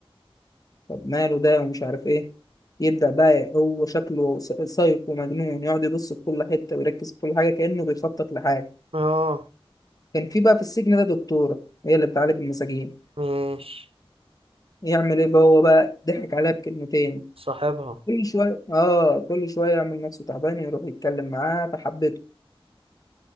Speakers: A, on the left; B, on the right.
A: طب ماله ده ومش عارف إيه يبدأ بقى هو شكله س- سايكو مجنون يقعد يبص في كل حتة ويركز في كل حاجة كأنه بيخطط لحاجة
B: اه
A: كان في بقى في السجن ده دكتورة هي اللي بتعالج المساجين
B: ماشي
A: يعمل إيه بقى هو بقى ضحك عليها بكلمتين
B: صاحبها
A: كل شوية آه كل شوية يعمل نفسه تعبان يروح يتكلم معاه فحبته